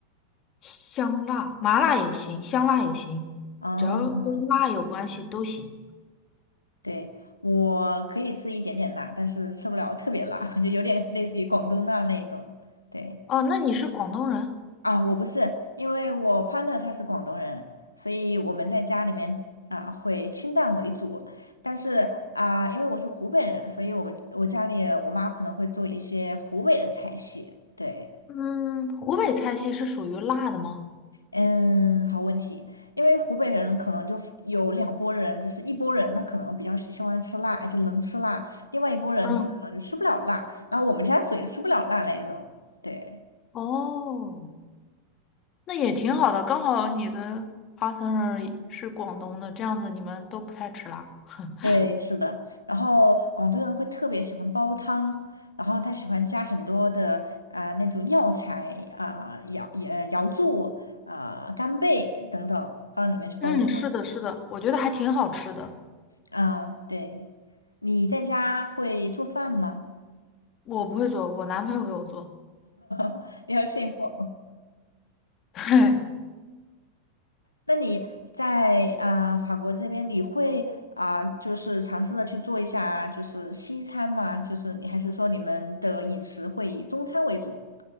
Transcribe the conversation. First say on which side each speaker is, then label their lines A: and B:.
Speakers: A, on the left; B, on the left.
A: 香辣、麻辣也行，香辣也行，
B: 哦、
A: 只要跟辣有关系都行。
B: 对，我可以吃一点点辣，但是吃不了特别辣，<laughs> 就有点类似于广东辣那种。对
A: 哦，那你是广东人？
B: 啊，我不是，因为我 partner 他是广东人，所以我们在家里面啊会清淡为主。但是啊，因为我是湖北人，所以我们我家里我妈可能会做一些湖北的菜系。对。
A: 嗯，湖北菜系是属于辣的吗？
B: 嗯，好问题，因为湖北人可能就有两拨人，就是一拨人他可能比较喜喜欢吃辣，而且能吃辣；另外一拨人他可能就吃不了辣，
A: 嗯，
B: 然后我们家属于吃不了辣那一种。对，
A: 哦。那也挺好的，刚好你的 partner 也是广东的，这样子你们都不太吃辣。<laughs>
B: 对，是的。然后广东人会特别喜欢煲汤，然后他喜欢加很多的啊、那种药材啊、瑶呃瑶柱啊、干贝等等放里面去煲汤。
A: 嗯，是的，是的，我觉得还挺好吃的。
B: 啊、对，你在家会做饭吗？
A: 我不会做，我男朋友给我做。
B: <laughs> 你好幸福。
A: <laughs> 对，
B: 那你在啊、呃法国这边，你会啊、就是尝试着去做一下就是西餐吗？就是你还是说你们的饮食会以中餐为主